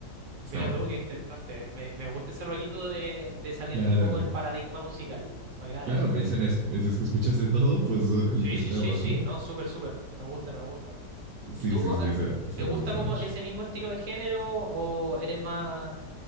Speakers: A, on the right; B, on the right.
A: Mira
B: Está buena.
A: tú, qué interesante. Me, me gusta ese rollito de, de salirte
B: Claro.
A: un poco del paradigma musical. Me agrada
B: Claro,
A: eso.
B: me dicen, es, me dices que escuchas de todo, pues eh,
A: Sí,
B: intentemos,
A: sí, sí, sí,
B: ¿no?
A: no, súper, súper. Me gusta, me gusta.
B: Sí,
A: ¿Y tú,
B: sí, sí,
A: eh,
B: esa, esa
A: te
B: me
A: gusta
B: gusta
A: como
B: mucho.
A: ese mismo estilo de género o eres más,